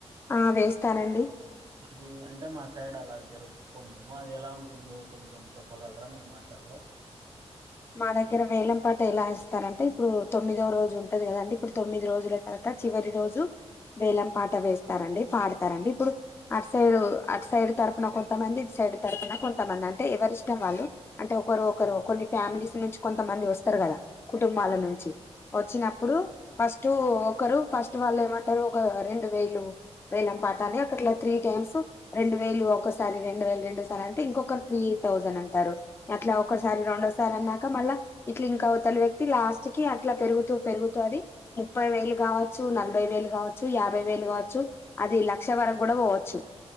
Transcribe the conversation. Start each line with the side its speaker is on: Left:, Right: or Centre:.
Left: ఆ వేస్తారంండి
Right: అది అంటే మా సైడ్ అలా జరుపుకో మేము అది ఎలా ఉంటుందో కొంచెం చెప్పగలరా మే మాట టాలో
Left: మా దగ్గర వేలం పాట ఎలా ఇస్తారు అంటే ఇప్పుడు తొమ్మిదవ రోజు ఉంటది కదండి ఇప్పుడు తొమ్మిది రోజుల తర్వాత చివరి రోజు వేలం పాట వేస్తారండి పాడతారండి ఇప్పుడు అటు సైడ్ అటు సైడ్ తరపుున కొంతమంది ఇ సైడ్ తరపున కొంతమంది అంట ఎవరి ఇష్టం వాళ్ళు అంటే ఒకరు ఒకరు
Right: అవునండి
Left: కొన్ని ఫ్యామిలీస్ నుంచి కొంతమంది వస్తారు కదా కుటుంబాల నుంచి వచ్చిన ఇప్పుడు ఫస్ట్ ఒకరు ఫస్ట్ వాళ్ళు ఏమంటారు ఒక రెండు వేలు వేలం పాటాల అక్కడ ఇట్లా త్రీ టైమ్స్ రెండు వేలు ఒకసారి రెండు వేలు రెండుసారి అంటే ఇంకొకరు త్రీ థౌజండ్ అంటారు అట్లా
Right: అవునండి
Left: ఒకక్కసారి రౌండ్ వస్తు క మళ్ళా ఇట్లా ఇంకా తలి వ్యక్తి లాస్ట్ కి అట్లా పెరుగుతూ పెరుగుతూ అది ముప్పై వేలు కావచ్చ నలభై వేలు కావచ్చు యాభై వేలు కావచ్చు అది లక్ష వరకు కూడా పోవచ్చు